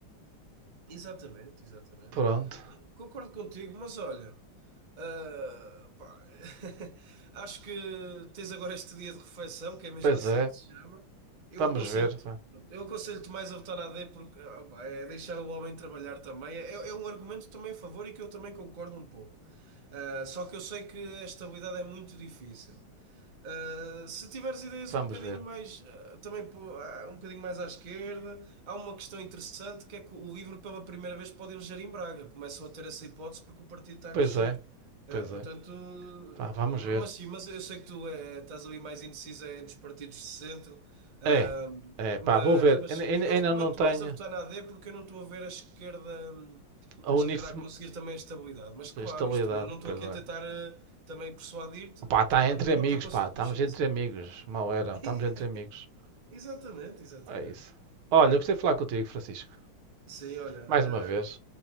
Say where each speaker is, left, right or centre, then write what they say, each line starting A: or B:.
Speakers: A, on the right (about 35°); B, on the right (about 80°).
A: Exatamente, exatamente.
B: Pronto,
A: Concordo contigo, mas olha, ah, pá, <laughs> acho que tens agora este dia de refeição, que é mesmo
B: pois
A: assim
B: é,
A: que se chama. Eu
B: vamos
A: aconselho-te,
B: ver, pá.
A: pronto, eu aconselho-te mais a votar na AD porque ah, pá, é deixar o homem trabalhar também. É, é um argumento também a favor e que eu também concordo um pouco. Ah, só que eu sei que a estabilidade é muito difícil. Uh, se tiveres ideias
B: vamos
A: um bocadinho
B: ver.
A: mais, uh, também pô, ah, um bocadinho mais à esquerda, há uma questão interessante que é que o LIVRE pela primeira vez pode eleger em Braga. Começam a ter essa hipótese porque o partido está
B: Pois
A: a crescer.
B: é, pois
A: Uh, portanto,
B: é,
A: uh,
B: pá, vamos ver.
A: mas sim, mas eu sei que tu eh, estás ali mais indecisa entre os partidos de centro, uh,
B: É, é, pá,
A: mas,
B: vou ver,
A: mas
B: ainda,
A: sim,
B: ainda-
A: eu, eu recomendo
B: não tenho
A: mais a votar na A D porque eu não estou a ver a esquerda, hum,
B: a
A: a
B: unir-se
A: esquerda a conseguir também a estabilidade. Mas claro,
B: estabilidade,
A: isto, não, não estou
B: pois
A: aqui a tentar.
B: é.
A: eh, também persuadir-te
B: Pá, está
A: que cada
B: entre
A: um
B: amigos,
A: vota com
B: pá.
A: a sua
B: Estamos
A: consciência.
B: entre amigos. Mal era.
A: <laughs>
B: Estamos
A: E-
B: entre amigos.
A: exatamente, exatamente.
B: É isso. Olha, eu gostei de falar contigo, Francisco.
A: Sim, olha,
B: Mais
A: eh,
B: uma vez.